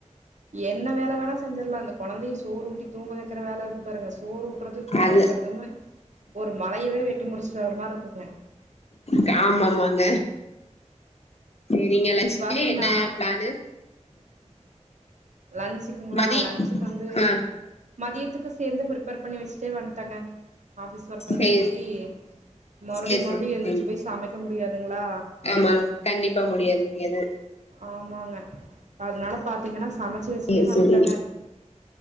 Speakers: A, on the right; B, on the left.
A: என்ன வேல வேணா செஞ்சர்லா இந்தக் கொழந்தைய சோறு ஊட்டித் தூங்க வெக்கற வேல இருக்கு பாருங்கச் சோறு ஊட்றது தூங்க
B: அது
A: வெக்கறதுமே ஒரு மலையவே வெட்டி முறிச்ட்டு வர மார்ருக்குங்க
B: காமா மாங்க சேரிங்க லன்சுக்கு
A: நீங்க பாத்தீங்கன்னா
B: என்ன பிளானு
A: லன்சுக்குங்ளா
B: மதி
A: லன்சுக்கு வந்து
B: ஆ
A: மதியத்துக்கு சேர்ந்து ப்ரிப்பேர் பண்ணி வெச்ட்டே வன்ட்டங்க ஆஃபிஸ் ஒர்க்குங்கிறங்கேட்டி
B: சேர்
A: மறுடி
B: சேர்
A: மறுடி
B: சேர்
A: எந்திரிச்சு
B: சேரி
A: போய் சமைக்க முடியாதுங்ளா
B: ஆமா கண்டிப்பா முடியாது முடியாது
A: ஆமாங்க அதனால பாத்தீங்கனா சமச்சு வெச்சுட்டே
B: சேரி
A: வந்துட்டேங்க
B: சேரி